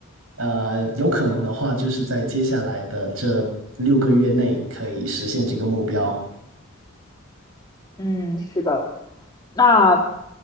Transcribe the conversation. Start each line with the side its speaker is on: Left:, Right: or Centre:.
Right: 呃，有可能的话，就是在接下来的这六个月内可以实现这个目标。
Left: 嗯，是的，那